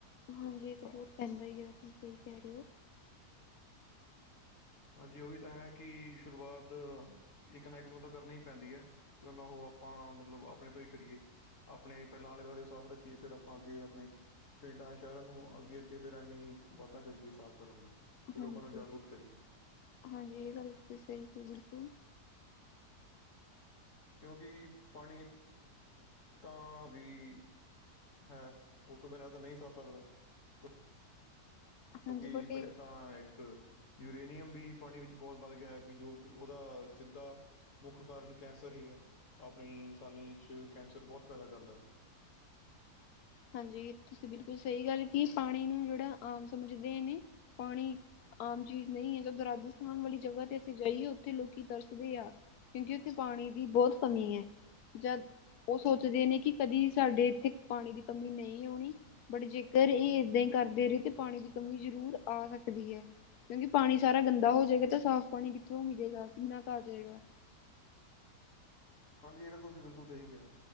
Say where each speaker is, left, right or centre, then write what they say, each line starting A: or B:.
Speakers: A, on the left; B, on the left.
A: ਹਾਂਜੀ ਤਾਂ ਬਹੁਤ ਪੈਂਦਾ ਹੀ ਹੈ, ਤੁਸੀਂ ਸਹੀ ਕਹਿ ਰਹੇ ਹੋ।
B: ਹਾਂਜੀ, ਉਹੀ ਤਾਂ ਹੈ ਕਿ, ਸ਼ੁਰੂਆਤ ਇੱਕ ਨਾ ਇੱਕ ਨੂੰ ਤਾਂ ਕਰਨੀ ਹੀ ਪੈਂਦੀ ਹੈ ਕਿਉਂ ਨਾ ਉਹ ਆਪਾਂ ਮਤਲਬ, ਆਪਣੇ ਤੋਂ ਹੀ ਕਰੀਏ, ਆਪਣੇ ਪਹਿਲਾਂ ਆਲੇ- ਦੁਆਲੇ ਸਾਫ਼ ਰੱਖੀਏ ਫੇਰ ਆਪਾਂ ਅੱਗੇ ਆਪਣੇ ਪਿੰਡਾਂ, ਸ਼ਹਿਰਾਂ ਨੂੰ ਅੱਗੇ- ਅੱਗੇ, ਫਿਰ ਐਵੇਂ ਵਾਧਾ ਕਰੀਏ ਸਾਫ਼ ਕਰਨ ਦਾ ਅਤੇ ਲੋਕਾਂ
A: ਹਾਂਜੀ
B: ਨੂੰ ਜਾਗਰੂਕ ਕਰੀਏ।
A: ਹਾਂਜੀ, ਇਹ ਗੱਲ ਤੇ ਸਹੀ ਸੀ ਬਿਲਕੁਲ
B: ਕਿਉਂਕਿ, ਪਾਣੀ ਤਾਂ ਵੀ ਹੈ। ਉਸ ਤੋਂ ਬਿਨਾਂ ਤਾਂ, ਨਹੀਂ ਸਰ ਸਕਦਾ ਕਿ
A: ਹਾਂਜੀ
B: ਕਿਉਂਕਿ,
A: ਬਟ
B: ਮੇ
A: ਇਹ
B: ਤਾਂ ਇੱਕ। ਯੂਰੇਨੀਅਮ ਵੀ ਪਾਣੀ ਵਿੱਚ ਬਹੁਤ ਵੱਧ ਗਿਆ ਹੈ। ਕਿ, ਜੋ ਕਿ ਉਹਦਾ ਸਿੱਧਾ, ਮੁੱਖ ਕਾਰਨ ਕੈਂਸਰ ਹੀ, ਹੈ। ਆਪਣੀ, ਇਨਸਾਨੀ, ਚ ਕੈਂਸਰ, ਬਹੁਤ ਪੈਦਾ ਕਰਦਾ ਹੈ।
A: ਹਾਂਜੀ ਤੁਸੀਂ, ਬਿਲਕੁਲ ਸਹੀ ਗੱਲ ਕਿ, ਪਾਣੀ ਨੂੰ, ਜਿਹੜਾ ਆਮ ਸਮਝਦੇ ਨੇ। ਪਾਣੀ ਆਮ ਚੀਜ਼ ਨਹੀਂ ਹੈ। ਜਦੋਂ ਰਾਜਸਥਾਨ ਵਾਲੀ ਜਗਾ ਤੇ, ਅਸੀਂ ਜਾਈਏ। ਉੱਥੇ, ਲੋਕੀ ਤਰਸਦੇ ਆ। ਕਿਉਂਕਿ, ਉੱਥੇ, ਪਾਣੀ ਦੀ ਬਹੁਤ ਕਮੀ ਹੈ। ਜਦ, ਉਹ ਸੋਚਦੇ ਨੇ ਕਿ, ਕਦੀ ਸਾਡੇ ਇੱਥੇ ਪਾਣੀ ਦੀ ਕਮੀ ਨਹੀਂ ਆਉਣੀ। ਬਟ ਜੇਕਰ ਇਹ, ਏਦਾਂ ਹੀ, ਕਰਦੇ ਰਹੇ। ਤਾਂ, ਪਾਣੀ ਦੀ ਕਮੀ, ਜ਼ਰੂਰ ਆ ਸਕਦੀ ਹੈ। ਕਿਉਂਕਿ, ਪਾਣੀ ਸਾਰਾ ਗੰਦਾ ਹੋ ਜਾਏਗਾ। ਤਾਂ, ਸਾਫ਼ ਪਾਣੀ ਕਿੱਥੋਂ ਮਿਲੇਗਾ? ਕਿੰਨਾ ਕੁ ਆ ਜਾਏਗਾ।
B: <inaudible> ਹਾਂਜੀ। ਇਹ ਤਾਂ, ਤੁਸੀਂ ਬਿਲਕੁਲ ਸਹੀ ਕਿਹਾ।